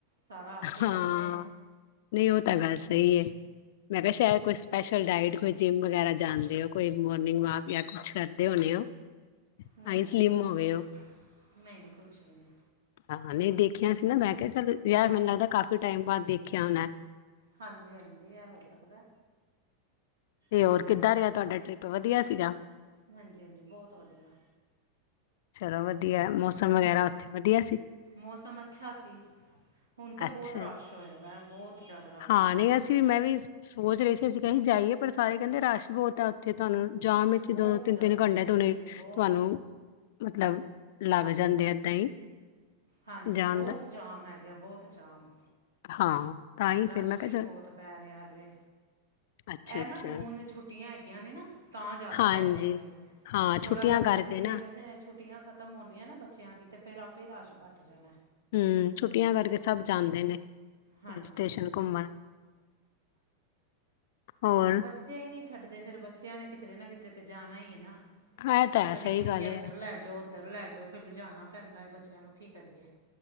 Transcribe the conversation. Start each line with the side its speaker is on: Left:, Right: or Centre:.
Right: ਸਾਰਾ ਆਪੇ ਹੀ
Left: ਹਾਂ
Right: ਕਰਨੇ ਆ
Left: ਨਹੀਂ ਉਹ ਤਾਂ ਗੱਲ ਸਹੀ ਹੈ। ਮੈਂ ਕਿਹਾ ਸ਼ਾਇਦ ਕੋਈ ਸਪੈਸ਼ਲ ਡਾਇਟ ਕੋਈ ਜਿੰਮ ਵਗੈਰਾ ਜਾਂਣਦੇ ਹੋ ਕੋਈ ਮੋਰਨਿੰਗ ਵਾਕ ਜਾਂ ਕੁਛ ਕਰ ਕਰਦੇ ਹੋਣੇ ਹੋ ਤਾਂ
Right: ਨਹੀਂ
Left: ਹੀ
Right: ਨਹੀਂ
Left: ਸਲਿਮ
Right: ਕੁਛ
Left: ਹੋ
Right: ਵੀ
Left: ਗਏ
Right: ਨਹੀਂ
Left: ਹੋ
Right: ਨਹੀਂ ਨਹੀਂ ਕੁਛ ਵੀ ਨਹੀਂ।
Left: ਹਾਂ ਨਹੀਂ ਦੇਖਿਆ ਸੀ ਨਾ ਮੈਂ ਕਿਹਾ ਚੱਲ ਯਾਰ ਮੈਨੂੰ ਲੱਗਦਾ ਕਾਫ਼ੀ ਟਾਈਮ ਬਾਅਦ ਦੇਖਿਆ ਹੋਣਾਂ
Right: ਹਾਂਜੀ ਹਾਂਜੀ ਇਹ ਹੋ ਸਕਦਾ
Left: ਤੇ
Right: ਹਮ।
Left: ਹੋਰ ਕਿੱਦਾਂ ਰਿਹਾ ਤੁਹਾਡਾ ਟ੍ਰਿਪ ਵਧੀਆ ਸੀਗਾ
Right: ਹਾਂਜੀ ਹਾਂਜੀ ਬਹੁਤ ਵਧੀਆ।
Left: ਚਲੋ ਵਧੀਆ, ਮੌਸਮ ਵਗੈਰਾ ਉੱਥੇ ਵਧੀਆ ਸੀ।
Right: ਮੌਸਮ ਅੱਛਾ ਸੀ। ਹੁਣ ਤੇ ਬਹੁਤ
Left: ਅੱਛਾ
Right: ਰਸ਼ ਹੋਇਆ ਵਾ ਬਹੁਤ ਜ਼ਿਆਦਾ ਰਸ਼
Left: ਹਾਂ, ਨਹੀਂ, ਅਸੀਂ ਮੈਂ ਵੀ ਸੋਚ ਰਹੀ ਸੀ। ਅਸੀਂ ਕ ਜਾਈਏ ਪਰ ਸਾਰੇ ਕਹਿੰਦੇ-ਰਸ਼ ਬਹੁਤ ਆ। ਥੇ ਤੁਹਾਨੂੰ ਜਾਮ ਵਿੱਚ
Right: ਬਹੁਤ
Left: ਦੋ, ਤਿੰਨ-ਤਿੰਨ
Right: ਜ਼ਿਆਦਾ
Left: ਘੰਟਿਆਂ ਤੇ ਉਹਨੇ
Right: ਹਾਂਜੀ ਬਹੁਤ
Left: ਤੁਹਾਨੂੰ ਮਤਲਬ ਲੱਗ ਜਾਂਦੇ ਏਦਾਂ ਹੀ।
Right: ਹਾਂਜੀ,
Left: ਜਾਣ
Right: ਬਹੁਤ
Left: ਦਾ
Right: ਜਾਮ ਹੈਗਾ, ਬਹੁਤ ਜਾਮ।
Left: ਹਾਂ। ਤਾਂ ਹੀ
Right: ਰਸ਼
Left: ਫਿਰ ਮੈਂ
Right: ਵੀ
Left: ਕਿਹਾ ਚਲ
Right: ਬਹੁਤ ਪੈ ਰਿਹਾ ਹੱਲਲੇ।
Left: ਅੱਛਾ
Right: ਇਹ
Left: ਅੱਛਾ
Right: ਨਾ ਜੂਨ ਛੁੱਟੀਆਂ ਹੈਗੀਆਂ ਨੇ ਨਾ ਤਾਂ ਜ਼ਿਆਦਾ
Left: ਹਾਂਜੀ
Right: ਪੈ ਰਿਹਾ ਵੈ।
Left: ਹਾਂ
Right: ਥੋੜ੍ਹਾ
Left: ਛੁੱਟੀਆਂ
Right: ਹੁਣ
Left: ਕਰਕੇ
Right: ਖੁੱਲ੍ਹੇਗਾ ਨਾ ਛੁੱਟੀਆਂ ਖ਼ਤਮ ਹੁੰਦੀ ਹ ਨਾ ਬੱਚਿਆਂ ਦੀ ਤਾਂ ਫਿਰ ਆਪੇ ਹੀ ਰਸ਼ ਘੱਟ ਜਾਣਾ।
Left: ਹਮ, ਛੁੱਟੀਆਂ ਕਰਕੇ ਸਭ ਜਾਂਦੇ ਨੇ
Right: ਹਾਂਜੀ
Left: ਹ ਸਟੇਸ਼ਨ
Right: ਹਾਂਜੀ
Left: ਘੁੰਮਣ। ਹੋਰ
Right: ਚੇ ਹੀ ਨਹੀਂ ਛੱਡਦੇ ਫੇਰ ਬੱਚਿਆਂ ਨੇ ਕਿਤੇਰੇ ਨਾ ਕਿਤੇ ਤੇ ਜਾਣਾ ਹੀ ਹੈ ਨਾ
Left: ਹੈ ਤਾਂ ਹੈ
Right: ਕਦੀ
Left: ਸਹੀ
Right: ਕਹਿਣਗੇ
Left: ਗੱਲ
Right: ਇੱਧਰ
Left: ਹੈ
Right: ਲੈ ਜਾਓ, ਉੱਧਰ ਲੈ ਜਾਓ, ਫਿਰ ਜਾਣਾ ਪੈਂਦਾ ਹੈ ਬੱਚਿਆਂ ਨੂੰ ਕੀ ਕਰੀਏ।